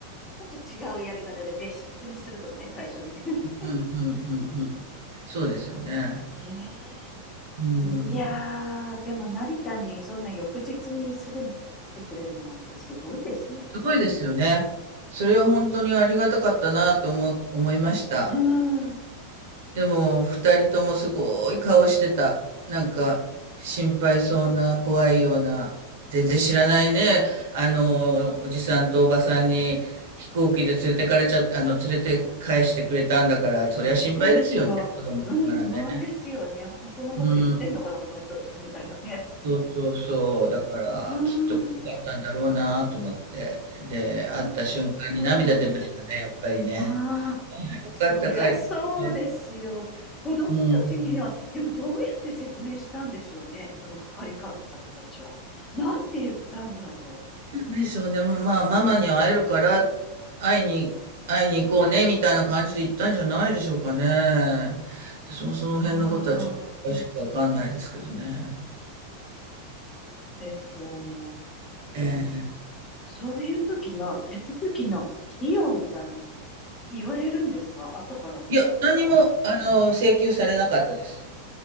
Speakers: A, on the left (about 25°); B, on the right (about 55°).
A: ちょっと違うやり方で別室にするとかね、最初にね。<laughs>
B: うんうんうんうん。そうですよね。
A: ね
B: うん。
A: え。いやー、でも成田にそんな翌日にすぐに来てくれるなんてすごいですね。
B: すごいですよね。それは本当にありがたかったなと思、思いました。
A: うん。うん
B: でも、二人ともすごい顔してた。なんか、心配そうな、怖いような、全然知らないね。あの、おじさんとおばさんに飛行機で連れてかれちゃっあの、連れて返してくれたんだから、そりゃ心配ですよね、
A: すっごい不安。
B: 子供ながらね。
A: うん、不安ですよね。本当のこと言ってんのかな、
B: うん、
A: この人たちみたいなね。
B: そうそうそう。だから、
A: うん、
B: きっと怖かったんだろうなと思って。で、
A: そっ
B: 会った瞬間に涙出ましたね、
A: か。
B: やっぱりね。
A: ああ、
B: よかった、
A: そりゃそうですよ。
B: 帰ってきて。
A: 子供たちには、
B: うん。
A: でもどうやって説明したんでしょうね。その係官の方たちは。なんて言ったんだろ
B: でしょうね。まあ、ママに会えるから、会いに、会いに行こうね、みたいな感じで行ったんじゃないでしょうかね。私もその辺のことはちょっと詳しくわかんないですけどね。
A: う。ああ、そうですよね。
B: ええ
A: そういう時の手続きの費用みたいのって言われるんですか後から。
B: いや、何も、
A: あ、
B: あの、請求されなかったです。